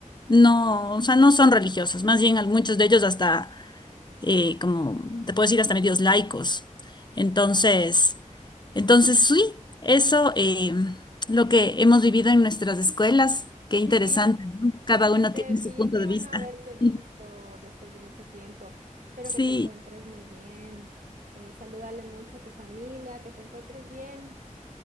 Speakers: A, on the left (about 35°); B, on the right (about 75°).
A: no, o sea, no son religiosos. Más bien, al- muchos de ellos hasta eh, como te puedo decir, hasta medios laicos. Entonces, entonces sí, eso eh, lo que hemos vivido en nuestras escuelas, qué interesante,
B: Sí,
A: ¿no? Cada
B: bueno,
A: uno
B: Steffi,
A: tiene su punto
B: qué
A: de
B: bueno
A: vista.
B: haberte visto
A: <laughs>
B: después de mucho tiempo. Espero
A: Sí,
B: que te encuentres muy bien. Eh, salúdale mucho a tu familia, que te encuentres bien.